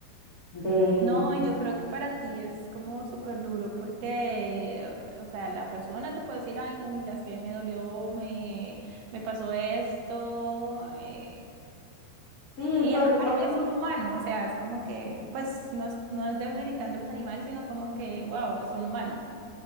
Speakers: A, on the left; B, on the right.
A: de,
B: No, y yo creo que para ti es como súper duro porque, o sea, la persona te puede decir, ay, no, mira, es que me dolió, me, me pasó esto, eh,
A: sí,
B: y
A: sobre
B: aparte
A: todo con
B: es
A: los
B: un humano, o sea, es como que, pues, no es, no es demeritando los animales, sino como que, wow, es un humano.